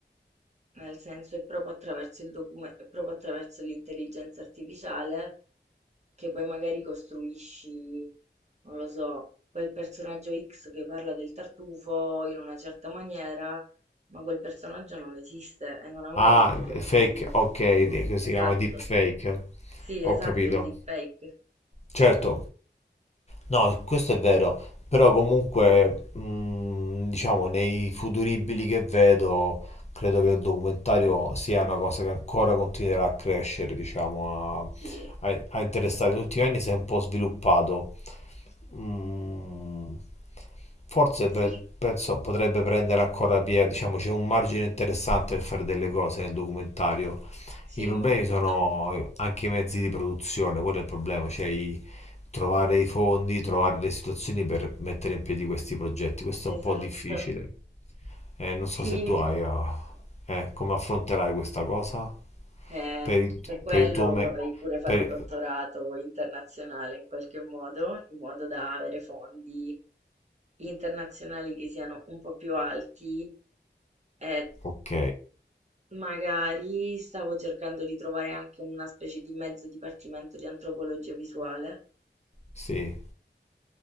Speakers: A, on the right; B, on the left.
A: Nel senso, è proprio attraverso il docume- è proprio attraverso l'intelligenza artificiale che poi magari costruisci, non lo so, quel personaggio X che parla del tartufo in una certa maniera, ma quel personaggio non esiste e non ha mai
B: Ah,
A: detto Ah, quella
B: il fake,
A: cosa sul
B: ok,
A: tartufo.
B: che
A: Esatto.
B: si chiama deepfake,
A: Sì, esatto,
B: ho capito.
A: il deepfake.
B: Certo. No, questo è vero, però comunque, mh, diciamo, nei futuribili che vedo, credo che il documentario sia una cosa che ancora continuerà a crescere, diciamo, a,
A: Sì.
B: a- a interessare. Negli ultimi anni si è un po' sviluppato. Mm, forse
A: Sì,
B: pe- penso potrebbe prendere ancora piede, diciamo, c'è un margine interessante per fare delle cose nel documentario.
A: sì,
B: I problemi
A: molto.
B: sono anche i mezzi di produzione, quello è il problema, cioè i- trovare i fondi, trovare le situazioni per mettere in piedi questi progetti. Questo è un
A: Esatto.
B: po' difficile. Eh, non so
A: Sì,
B: se tu hai, ah, eh, come affronterai questa cosa
A: Eh,
B: per il,
A: per quello
B: per il tuo me-
A: vorrei pure fare
B: per-
A: un dottorato internazionale in qualche modo, in modo da avere fondi internazionali che siano un po' più alti. e
B: Ok,
A: magari stavo cercando di trovare anche una specie di mezzo dipartimento di antropologia visuale,
B: sì,